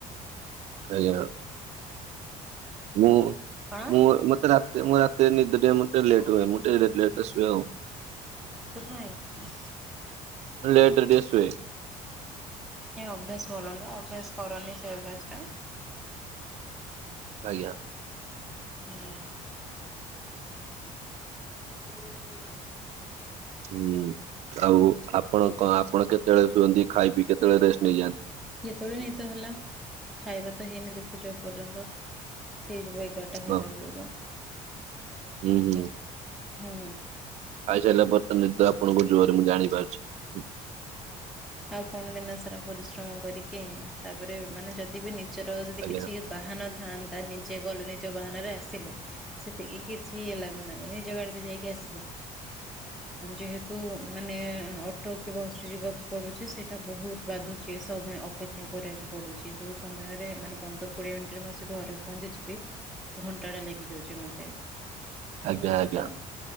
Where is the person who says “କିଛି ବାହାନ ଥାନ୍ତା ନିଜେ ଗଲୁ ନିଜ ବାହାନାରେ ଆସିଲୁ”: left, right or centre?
Centre